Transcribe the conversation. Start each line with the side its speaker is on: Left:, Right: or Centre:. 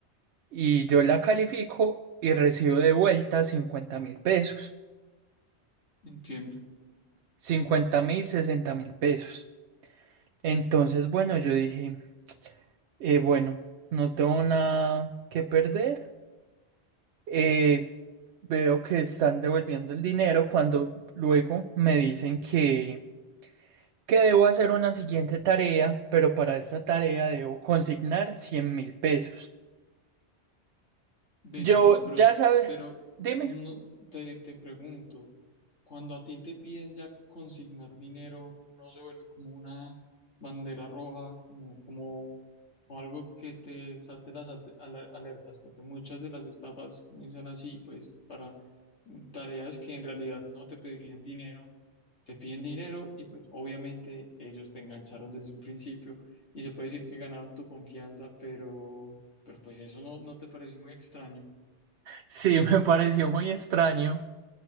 Right: y yo la califico y recibo de vuelta cincuenta mil pesos,
Left: Entiendo.
Right: cincuenta mil, sesenta mil pesos. Entonces, bueno, yo dije, eh, bueno, no tengo nada que perder. eh, veo que están devolviendo el dinero cuando luego me dicen que, que debo hacer una siguiente tarea, pero para esta tarea debo consignar cien mil pesos.
Left: Ven,
Right: Yo
Left: Tomás, pero,
Right: ya sabes,
Left: pero
Right: dime.
Left: no, te, te pregunto, cuando a ti te piden ya consignar dinero, ¿no se vuelve como una bandera roja, como, como, como algo que te salte las alte- ala- alertas? Porque muchas de las estafas comienzan así, pues, para tareas que en realidad no te pedirían dinero, te piden dinero y pues obviamente ellos te engancharon desde un principio y se puede decir que ganaron tu confianza, pero, pero pues eso no, no te pareció muy extraño.
Right: Sí, <laughs> me pareció muy extraño,